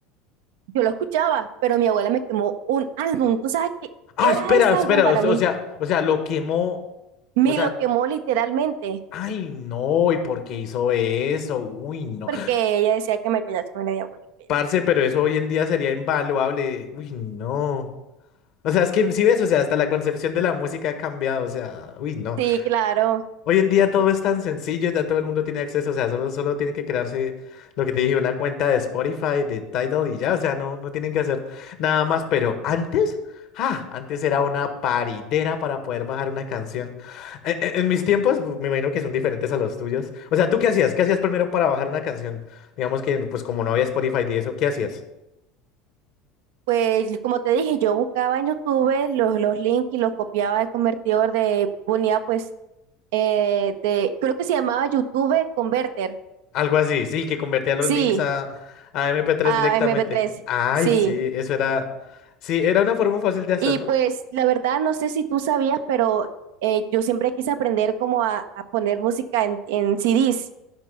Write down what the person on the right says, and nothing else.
Yo lo escuchaba, pero mi abuela me quemó un álbum. ¿Tú sabes qué
era
ese
álbum para
mí?
Me
lo quemó literalmente
porque ella decía que Michael Jackson era diabólico.
Sí, claro.
Pues como te dije, yo buscaba en YouTube los, los links y los copiaba del convertidor de, ponía pues, eh, de, creo que se llamaba YouTube Converter.
Sí,
a
mp tres.
Sí.
Y pues la verdad no sé si tú sabías, pero eh, yo siempre quise aprender como a, a poner música en, en CDs,